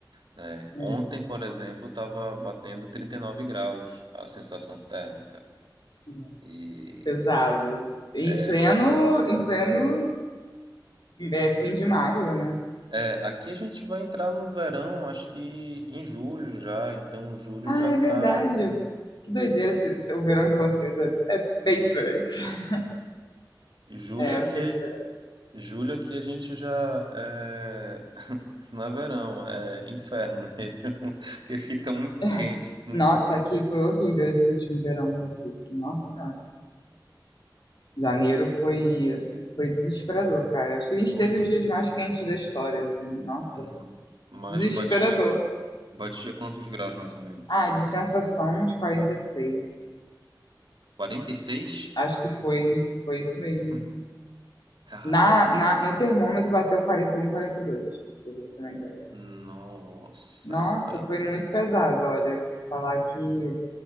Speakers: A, on the right; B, on the left.
A: né?
B: É,
A: Ontem, por exemplo, estava batendo 39 graus a sensação térmica.
B: é.
A: E
B: pesado. Em
A: é,
B: pleno, em pleno, é, fim de maio, né?
A: é, aqui a gente vai entrar no verão, acho que em julho já, então julho
B: Ah,
A: já
B: é
A: está.
B: verdade. Que doideira esse- esse- o verão de vocês. É, é bem diferente. <laughs>
A: Julho
B: É,
A: aqui,
B: foi diferente.
A: julho aqui a gente já é... <laughs> não é verão, é inferno mesmo, <laughs> porque fica muito
B: <laughs>
A: quente, muito
B: Nossa,
A: quente.
B: aqui foi horrível esse último verão daqui. Nossa Senhora. Janeiro foi, foi desesperador, cara. Acho que a gente
A: Foi?
B: teve os dias mais quentes da história, assim. Nossa,
A: Não. Mas
B: desesperador.
A: batia, batia quantos graus mais ou menos?
B: Ah, de sensação uns 46.
A: 46?
B: Acho que foi, foi isso mesmo.
A: Hum, Caramba.
B: Na, na, no termômetro bateu um, 41, 42, pra você ter uma ideia.
A: Nossa,
B: Nossa,
A: quarenta.
B: foi muito pesado, olha. Falar que